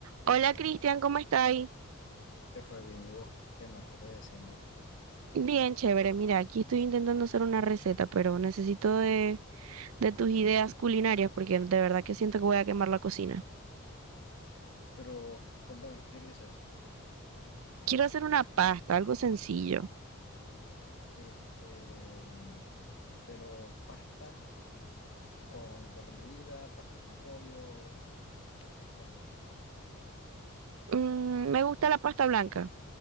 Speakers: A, on the right (about 70°); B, on the left (about 55°).
A: Hola Cristian, ¿cómo estáis?
B: ¿Qué fue bien, ¿y vos? ¿Qué más? ¿Qué estás haciendo?
A: Bien, chévere. Mira, aquí estoy intentando hacer una receta, pero necesito de, de tus ideas culinarias porque de verdad que siento que voy a quemar la cocina.
B: Pero contame, ¿qué querías hacer?
A: Quiero hacer una pasta, algo sencillo.
B: Este, mm, pero pasta con carne molida, pasta con pollo, ¿cómo?
A: Mm, me gusta la pasta blanca.